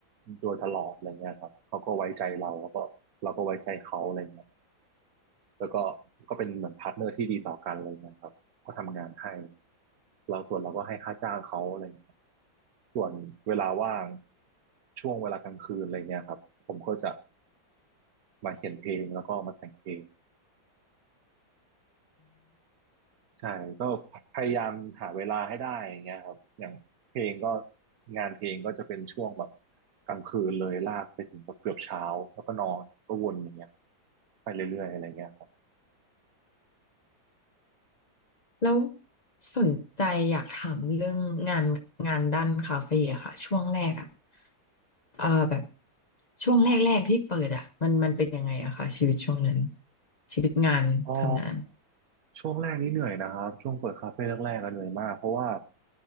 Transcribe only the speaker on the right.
โดยตลอดอะไรเงี้ยครับเขาก็ไว้ใจเราแล้วก็เราก็ไว้ใจเขาอะไรเงี้ยแล้วก็ก็เป็นเหมือนพาร์ทเนอร์ที่ดีต่อกันอะไรเงี้ยครับก็ทำงานให้เราส่วนเราก็ให้ค่าจ้างเขาอะไรเงี้ยส่วนเวลาว่างช่วงเวลากลางคืนอะไรเงี้ยครับผมก็จะมาเขียนเพลงแล้วก็มาแต่งเพลง ใช่ก็พยายามหาเวลาให้ได้อย่างเงี้ยครับอย่างเพลงก็งานเพลงก็จะเป็นช่วงแบบกลางคืนเลยลากไปถึงแบบเกือบเช้าแล้วก็นอนก็วนอย่างเงี้ยไปเรื่อยๆอะไรเงี้ยครับ
อ๋อช่วงแรกนี่เหนื่อยนะครับช่วงเปิดคาเฟ่แรกๆก็เหนื่อยมากเพราะว่า